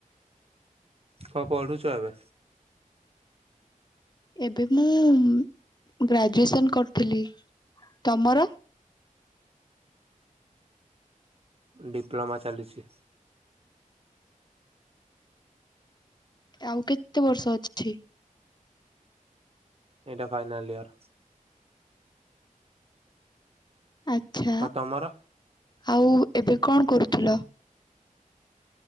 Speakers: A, on the right; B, on the left.
A: କଣ ପଢୁଛ ଏବେ?
B: ଏବେ ମୁଁ ଗ୍ରାଜୁଏସନ କରୁଥିଲି, ତମର?
A: ଡିପ୍ଲୋମା ଚାଲିଛି।
B: ଆଉ କେତେ ବର୍ଷ ଅଛି?
A: ଏଇଟା ଫାଇନାଲ ଇୟର୍।
B: ଆଚ୍ଛା
A: ଆଉ ତମର?
B: ଆଉ ଏବେ କଣ କରୁଥିଲ?